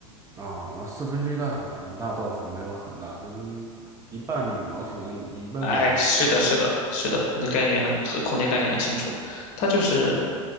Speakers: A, on the right; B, on the left.
A: 啊，那四分之一大小，那那倒是没有很大，跟一半的羽毛球那么一半的羽毛球场那么大。
B: 哎，是的，是的，是的，你的概念很很空间概念很清楚，它就是，